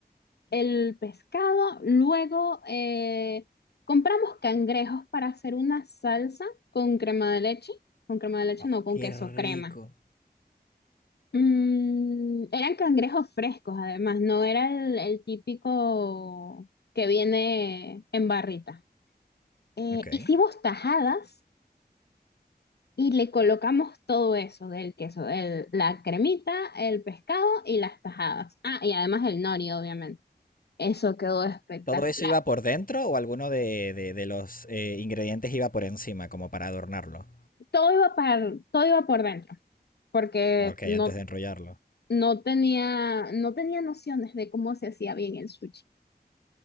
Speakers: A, on the left; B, on the left.
A: el pescado, luego eh, compramos cangrejos para hacer una salsa con crema de leche, con crema de leche
B: Oh,
A: no, con
B: qué
A: queso crema.
B: rico.
A: Mm, eran cangrejos frescos además, no era el, el típico que viene en barrita. Eh,
B: Ok.
A: hicimos tajadas y le colocamos todo eso del queso, el- la cremita, el pescado y las tajadas. Ah, y además el nori, obviamente. Eso quedó espectacular.
B: ¿Todo eso iba por dentro o alguno de, de- de los eh, ingredientes iba por encima, como para adornarlo?
A: todo iba para, todo iba por dentro, porque
B: Ok, antes
A: no,
B: de enrollarlo.
A: no tenía, no tenía nociones de cómo se hacía bien el sushi.